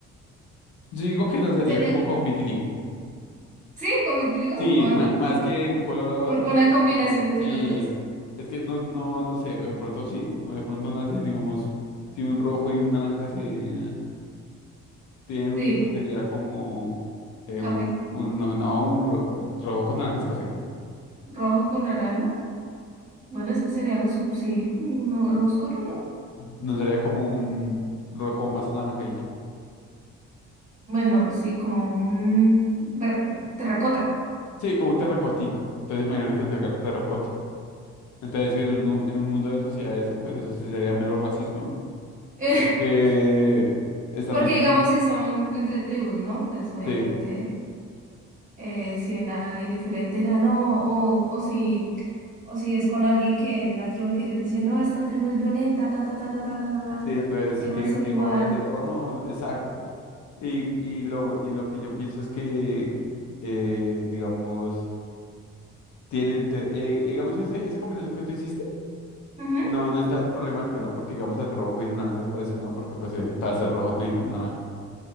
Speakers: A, on the left; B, on the right.
A: Yo digo que no sería
B: sería,
A: como con vitiligo.
B: sí, como te digo,
A: Sí,
B: o-
A: ma- más que un color a otro,
B: un-
A: como
B: una combinación
A: vitiligo.
B: entre
A: Sí,
B: los dos.
A: es que no, no, no sé, de pronto sí, o de pronto nacen, digamos, si un rojo y un naranja se tienen un
B: Sí,
A: hijo, sería como eh,
B: café,
A: un, un- no, no, un ro- rojo con naranja es café.
B: rojo con naranja. Bueno, es que sería algo sub, sí, no- algo oscuro, ¿no?
A: No sería como un rojo más anaranjadito.
B: Bueno, sí, como un ver- terracota.
A: Sí, como un terracotita. Entonces imagínate que sacar terracota. Entonces, en un, en un mundo de sociedad eso, pues eso sí sería mero racismo, ¿no?
B: <laughs>
A: Porque están
B: Porque
A: haciendo...
B: digamos si son entre tribus, ¿no? Pues obviamente.
A: Sí,
B: eh, si ven a alguien diferente dirán, no, o, o si, o si es con alguien que de una tribu que ellos dicen, no, esta tribu es violenta, ta, ta, ta, ta, ta, ta, ta, ta",
A: Sí, entonces si
B: él
A: tienen
B: va a ser
A: un
B: igual.
A: hijo van a decir, oh no, exacto. Y, y, lo, y lo que yo pienso es que, eh, digamos, tienen, te- eh, digamos, ese, esa combinación que tú hiciste,
B: Ujú,
A: no, no es tan problemática, ¿no? Porque, digamos, el rojo y el naranja se parecen, ¿no? Porque, pues, eh, para ser rojo necesitamos naranja.